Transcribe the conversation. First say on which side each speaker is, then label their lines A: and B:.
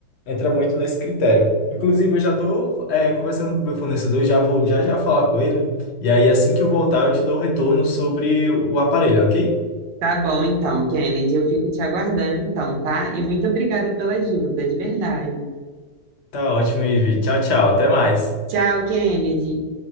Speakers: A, on the left (about 60°); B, on the right (about 80°).
A: entra muito nesse critério. Inclusive, eu já tô é, conversando com o meu fornecedor, já vou já já falar com ele. E aí, assim que eu voltar, eu te dou o retorno sobre o aparelho, ok?
B: Tá bom, então, Kennedy, eu fico te aguardando então, tá? E muito obrigada pela ajuda, de verdade.
A: Tá ótimo, Ivi. Tchau, tchau. Até mais.
B: Tchau, Kennedy.